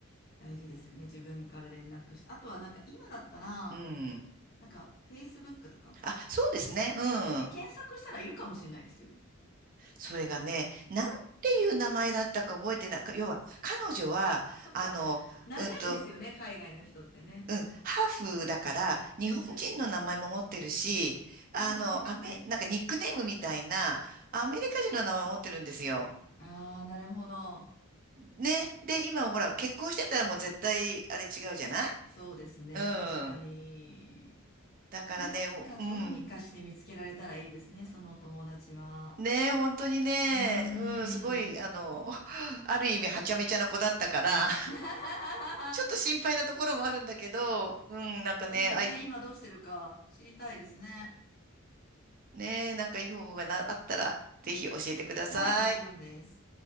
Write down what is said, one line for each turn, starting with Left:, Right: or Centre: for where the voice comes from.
Left: 大事ですよね。自分から連絡して。あとはなんか今だったら、
Right: うん。
Left: なんか、Facebook とか。
Right: あ、そうですね、うん。
Left: で、検索したらいるかもしれないですよ。
Right: それがね、なんていう名前だったか覚えてない。要は、彼女は、
Left: そっか。
Right: あの、
Left: 長いんですよね、
Right: うんと、
Left: 海外の人ってね。
Right: うん、ハーフだから、日本人の名前も持ってるし、
Left: はいはい。
Right: あの、
Left: はいはいはい。
Right: アメ、なんかニックネームみたいな、アメリカ人の名前を持ってるんですよ。
Left: ああ、なるほど。
Right: ね。で、今ほら、結婚してたらもう絶対、あれ違うじゃない
Left: そうですね、
Right: うん。
Left: 確かに。
Right: だからね、
Left: なんかどうにかして見つけられたらいいですね、
Right: もう、うん。
Left: そのお友達は。
Right: ね、本当にね、
Left: うーん。
Right: うん、すごい、あの、<laughs> ある意味、はちゃめちゃな子だったから、
Left: <laughs>
Right: ちょっと心配なところもあるんだけど、うん、なんかね、
Left: まあでもね、
Right: あい、
Left: 今どうしてるか知りたいですね。
Right: ね、なんかいい方法がな、あったら、ぜひ教えてください。
Left: はい、もちろんです。